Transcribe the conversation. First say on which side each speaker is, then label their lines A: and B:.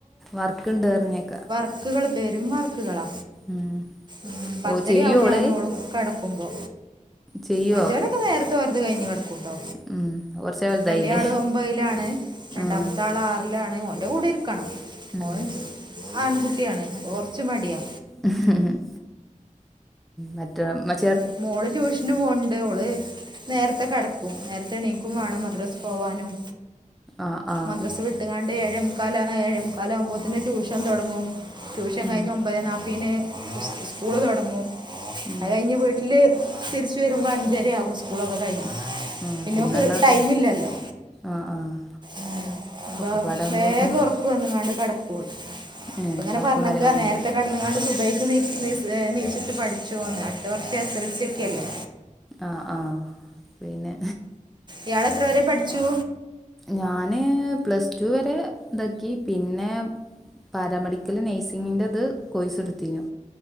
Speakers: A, in the centre; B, on the right (about 35°).
A: വർക്ക്ണ്ട് പർഞ്ഞേക്ക.
B: ക്ക്കള് പെരും വർക്ക്കളാ.
A: ഉം
B: ഉം, പത്തരയാവും
A: ഓ ചെയ്യോ ഓള്
B: ഞാനും ഓളും കെടക്കുമ്പോ.
A: ചെയ്യോ
B: മറ്റോര് ഒക്കെ നേരത്തെ ഓര്ത് കയ്ഞ് കെടക്കും. ട്ടൊ,
A: ഉം കൊറച്ച് വലുതായില്ലേ
B: വല്ല്യാള് ഒമ്പതിലാണ്. രണ്ടാമത്താള്
A: ആഹ്
B: ആ- റിലാണ്. ഓന്റെ കൂടെ ഇര്ക്കണം
A: ഉം
B: ഓൻ ആൺകുട്ടിയാണ്. അപ്പ കൊർച്ച് മടിയാ
A: ഉം, മറ്റെ മ-
B: മൊ മോള് ട്യൂഷ- ന് പോൻണ്ട്. ഓള് നേരത്തെ കെടക്കും, നേരത്തെണീക്കും വേണം മദ്രസ്ക്കോവാനും.
A: ആഹ് ആഹ്
B: മദ്രസ് വിട്ട്കാണ്ട് ഏഴേമുക്കാല് ആഹ് ഏഴേമുക്കാലാവുമ്പോത്ത്ന് ട്യൂഷൻ തൊടങ്ങും ട്യൂഷൻ
A: ഉം
B: കയ്ഞ് ഒമ്പതേ നാപ്പീന് ഉസ് ഉസ് സ്കൂള് തൊടങ്ങും.
A: ഉം
B: അത് കയ്ഞ്ഞ് വീട്ടില് തിരിച്ച് വരുമ്പൊ അഞ്ചരയാവും സ് സ്കൂളൊക്കെ കഴിഞ്ഞ്
A: ഉം
B: പിന്നോക്ക്
A: പിന്നെള്ളോടെ
B: ടൈമില്ലല്ലോ
A: ആഹ് ആഹ്
B: ഉം അപ്പൊ
A: ഒക്കെപ്പാടാവുമ്പോ
B: വേഗൊർക്ക് വന്ന്ക്കാണ്ട് കെടക്കോള്
A: ഏഹ്
B: ഇപ്പങ്ങനെ
A: വർക്കും
B: പറഞ്ഞ്ക്ക
A: കാര്യങ്ങളൊക്കെ
B: നേരത്തെ
A: കഴിഞ്ഞ്
B: കെടന്ന്കാണ്ട് സുബൈയ്ക്ക് നീ നീസ് ഏനീച്ച്ട്ട് പഠ്ച്ചോന്ന് അട്ത്ത വർഷം എസ് എൽ സി ഒക്കെ അല്ലേ
A: ആഹ് ആഹ് പിന്നെ
B: ഇയാളെത്ര വരെ പഠ്ച്ചു
A: ഞാന് പ്ലസ് ടു വരെതാക്കി പിന്നെ പാരാമെഡിക്കൽ നഴ്സിംഗിന്റെത് കോഴ്സ്ട്ത്തീനു